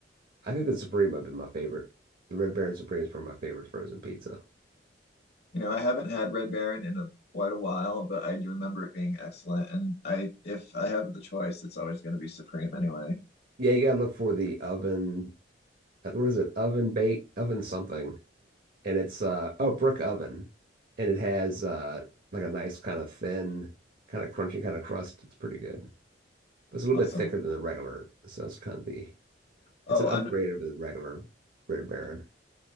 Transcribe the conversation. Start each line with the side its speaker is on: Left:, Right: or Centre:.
Right: I think the Supreme might be my favorite. The Red Baron Supreme is probably my favorite frozen pizza.
Left: You know, I haven't had Red Baron in a, quite a while, but I do remember it being excellent. And I, if I have the choice, it's always going to be Supreme anyway.
Right: Yeah, you gotta look for the oven. uh, What is it? Oven bake, oven something, and it's uh oh brick oven, and it has uh like a nice kind of thin, kind of crunchy kind of crust. It's pretty good, but it's a little
Left: Awesome.
Right: bit thicker than the regular. So that's kind of the
Left: Oh,
Right: it's an upgrade
Left: and
Right: over the regular Red Baron.